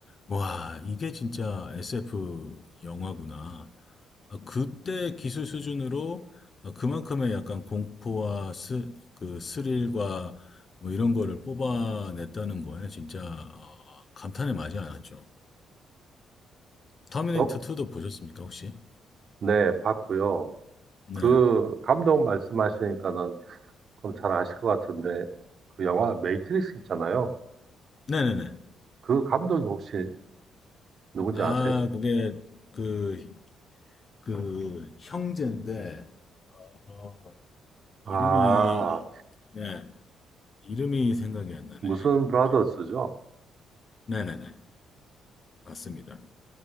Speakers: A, on the left; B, on the right.
A: 와, 이게 진짜 SF 영화구나. 아, 그때 기술 수준으로 아, 그만큼의 약간 공포와 스, 그 스릴과 뭐 이런 거를 뽑아냈다는 거에 진짜 어, 감탄에 마지 않았죠. 터미네이터
B: 저?
A: 2도 보셨습니까, 혹시?
B: 네, 봤고요.
A: 네.
B: 그 감독 말씀하시니까는 그럼 잘 아실 것 같은데 그 영화 매트릭스 있잖아요.
A: 네네네.
B: 그 감독이 혹시 누군지
A: 아,
B: 아세요?
A: 그게 그 그 형제인데 어,
B: 아,
A: 이름이 네 이름이 생각이 안 나네
B: 무슨 브라더스죠?
A: 갑자기 네네네 맞습니다